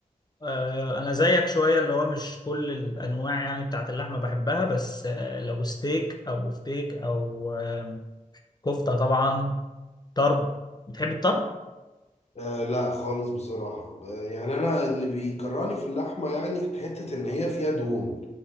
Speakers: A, on the left; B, on the left.
A: آه انا زيك شويه اللي هو مش كل الانواع يعني بتاعت اللحمه بحبها بس آه لو ستيك او بوفتيك او آه كفته طبعا طرب بتحب الطرب
B: آه لا خالص بصراحة آه يعني أنا اللي بيكرهني في اللحمة يعني حتة إن هي فيها دهون